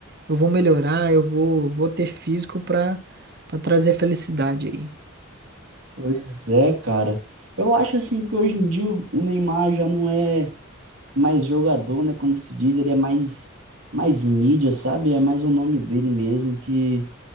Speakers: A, on the right; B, on the right.
A: eu vou melhorar, eu vou, vou ter físico pra, pra trazer felicidade aí.
B: pois é, cara. Eu acho assim que hoje em dia o Neymar já não é. mais jogador, né? Como se diz, ele é mais, mais mídia, sabe? É mais o nome dele mesmo, que,